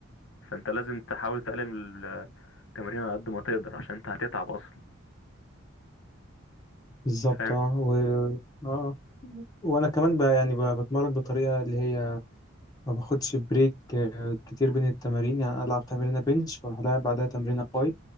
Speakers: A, on the left (about 65°); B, on the left (about 20°).
A: فانت لازم تحاول تقلل التمرين على قد ما تقدر عشان انت هتتعب اصلا
B: بالظبط
A: فاهم
B: اه و... اه وانا كمان ب... يعني ب... بتمرن بطريقه اللي هي ما باخدش بريك آه، كتير بين التمارين يعني ألعب تمرينة بنش وأروح ألعب بعدها تمرينة باي